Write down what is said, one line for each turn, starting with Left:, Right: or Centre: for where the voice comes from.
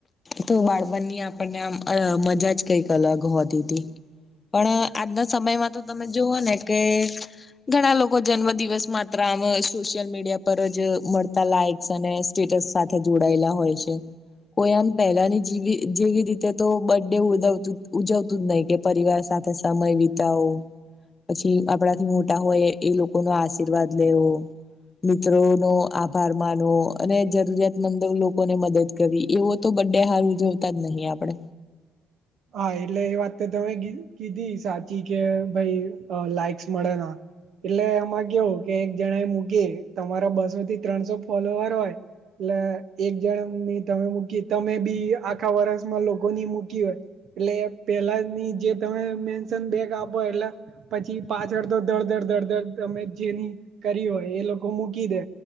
Left: તો વાળબની આપણને આમ મજા જ કંઈક અલગ હોતી હતી. પણ આજના સમયમાં તો તમે જુઓ ને કે, ઘણા લોકો જન્મદિવસ માત્ર આમ સોશિયલ મીડિયા પર જ મળતા લાઈક્સ અને, સ્ટેટસ સાથે જોડાયેલા હોય છે, કોઈ આમ પહેલાની જેવી જેવી રીતે તો બર્થ ડે ઉજવતું ઉજવતું જ નહીં કે પરિવાર સાથે, સમય વિતાવો, પછી આપણાથી મોટા હોયએ લોકો નો આશીર્વાદ લેવો. મિત્રો નો આભારમાંનો અને જરૂરિયાતમંદ લોકો, લોકોને મદદ કરી એવો તો બંને હાર ઉજવતા જ નહીં આપડે,
Right: હા, એટલે એ વાતતો તમે કીધી સાચી કે ભાઈ લાઈક્સ મળેના. એટલે એમાં કેવું કે એક જણા એ મૂકી તમારા બસો થી ત્રણસો ફોલોવર હોય. એટલે એક જણની તમે મૂકી તમે બી આખા વર્ષમાં લોકોની મૂકી હોય. એટલે પેલા નીજે તમે મેશન બેગ આપો એટલે, પછી પાછળ તો દડ દડ દડ દડ તમે જેની કરી હોય એ લોકો મૂકીદે.